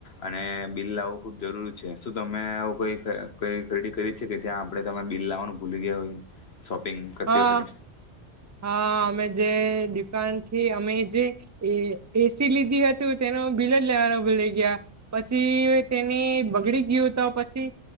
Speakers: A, on the left; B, on the right.
A: અને બિલ લાવ વું ખુબ જરૂરી છે. શું તમે આવું કઈ કઈ ખરીદી કરી છે કે ત્યાં આપડે તમે બિલ લાવવાનું ભૂલી ગ્યા હોય શોપિંગ કરતી
B: હા,
A: વખતે
B: હા, અમે જે દુકાન કે અમે જે એ એ સી લીધી હતું, તેનું બિલ જ લેવાનો ભુલી ગ્યા. પછી તેની બગડી ગ્યુ તો પછી